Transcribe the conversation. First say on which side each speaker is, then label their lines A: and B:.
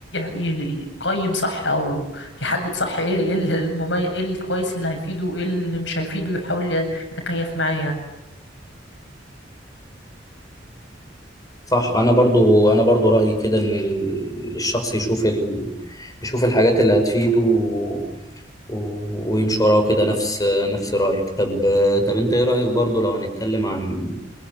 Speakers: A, on the left; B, on the left.
A: ي- يقيم صح او يحدد صح ايه ايه المميز ايه الكويس اللي هيفيده وايه اللي مش هيفيده يحاول يتكيف معاه يعني
B: صح انا برضو انا برضو رأيي كده ان ال- الشخص يشوف ال... يشوف الحاجات اللي هتفيده و... و- ويمشي وراه كده نفس نفس رأيك طب طب انت ايه رأيك برضو لو هنتكلم عن